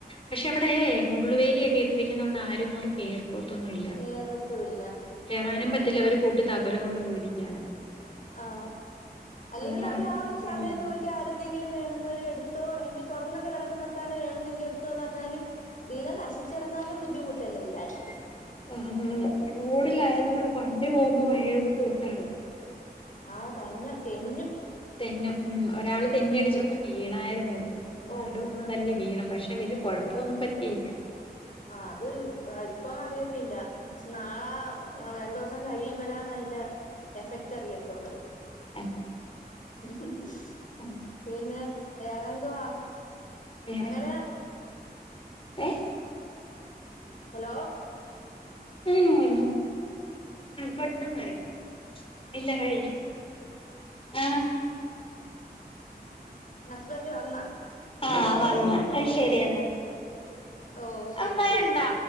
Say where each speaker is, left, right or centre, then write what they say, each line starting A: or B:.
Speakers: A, on the left (about 35°); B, on the left (about 50°).
A: പക്ഷെ അവിടെ മുള്ള് വേലിയക്കെ ഇ ഉപയോഗിക്കുന്നത് കൊണ്ട് ആരും അങ്ങോട്ട് കേറുന്നില്ല പുറത്തൊന്നുമില്ല.
B: കേറത്തുല്ല
A: കേയറാനും
B: ആഹ്
A: പറ്റില്ല അവര് പൂട്ടി താക്കോല് താക്കോലും കൊണ്ട് പോയിരിക്കയാണ്.
B: ആ അല്ലെങ്കിൽ
A: അതുകൊണ്ട്
B: അവർ
A: ആർക്കും
B: ആ
A: പറിക്കാൻ
B: ഒരു സമയം
A: പറ്റത്തില്ല
B: നോക്കി ആരെതെങ്കിലും വേണെന്നൊരു എടുത്തോ എങ്കിൽ തുറന്ന കിടക്കുന്നതെടുത്താണ് വേണതെങ്കിൽ എടുത്തോന്ന് പറഞ്ഞാലും. ദീന നശിച്ചിടന്നാലും ബുദ്ധിമുട്ട്. തെല്ലാ എല്ലായിരിക്കും.
A: അ അതെ റോഡിലായത്തോടു. പണ്ടേ പോകുമ്പോ ഭയങ്കര ബുദ്ധിമുട്ടാണ്.
B: ആഹ് തന്നെ തെന്നും.
A: തെന്നും. ഉം ഒരാള് തെന്നിയടിച്ചൊന്ന്
B: ഉം
A: വീണായിരുന്നു ഇവിടെ. നടു
B: ഓഹ്
A: ഒന്ന് തല്ലി വീണു. പഷേ വല്യ കൊഴപ്പൊന്നും പറ്റിയില്ല
B: ആഹ് അത് ഇപ്പൊ എ അറിയത്തില്ല ച് നാളാ രണ്ടോസം കഴിയുമ്പയാണ് അയിന്റെ എഫക്റ്റ് അറിയത്തൊള്ളു
A: ആഹ്
B: ഉം ഉം
A: ആഹ്
B: പിന്നെ വേറെന്തുവാ
A: വേറെ
B: അങ്ങനെ
A: ഏഹ്
B: ഹലോ
A: ആഹ് പെട്ടെന്ന് ഒരുങ്ങാ ഇല്ല കഴിഞ് ആഹ്
B: ഹസ്ബൻഡ് വന്നാ
A: ആഹ് വന്ന് ശരിയെന്നാ
B: ഓഹ് ശരി
A: അമ്മേ ന്ണ്ടാ